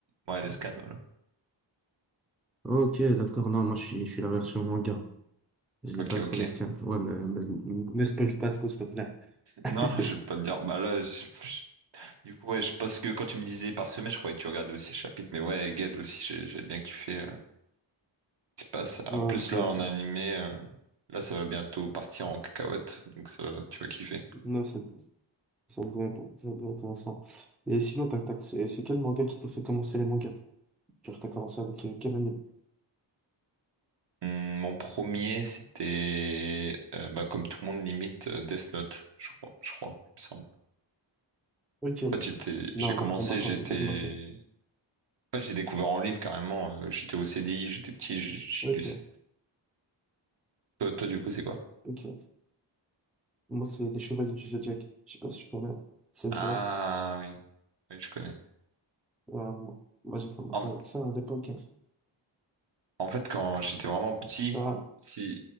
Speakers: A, on the right; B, in the centre.
A: ouais les scans voilà
B: Ok d'accord non moi je suis je suis la version manga. Je lis
A: ok
B: pas trop
A: ok
B: l'esclave. Ouais mais, mais- ne spoil pas trop s'il te plaît. <laughs>
A: non je vais pas te dire bah là je- du coup ouais je pense que quand tu me disais par semaine je croyais que tu regardais aussi les chapitres mais ouais Ged aussi j'ai j'ai bien kiffé euh, ce qui se passe Ah,
B: Non
A: en plus
B: c'était
A: là en animé euh, là ça va bientôt partir en cacahuète donc ça va- tu vas kiffer
B: non c'est Ça devrait être, ça devrait être intéressant. Et sinon, tac, tac, c'est c'est quel manga qui t'a fait commencer les mangas? Genre, t'as commencé avec euh, quel anime?
A: Hum, Mon premier, c'était euh, bah, comme tout le monde limite euh, Death Note, je crois, je crois. il me semble.
B: Ok.
A: En fait, j'étais,
B: Non,
A: j'ai commencé,
B: moi, pour ma part,
A: j'étais,
B: j'ai pas commencé.
A: en fait, j'ai découvert en livre carrément. euh, j'étais au CDI, j'étais petit, j'ai j'ai
B: Ok,
A: lu. ça. Toi, toi, du coup, c'est quoi?
B: ok. Moi, c'est Les Chevaliers du Zodiaque. Je sais pas si tu connais. sensei
A: Ah oui, oui, je connais.
B: Euh, moi, j'ai commencé
A: En,
B: avec ça à l'époque.
A: en fait, quand j'étais vraiment petit,
B: Ça.
A: si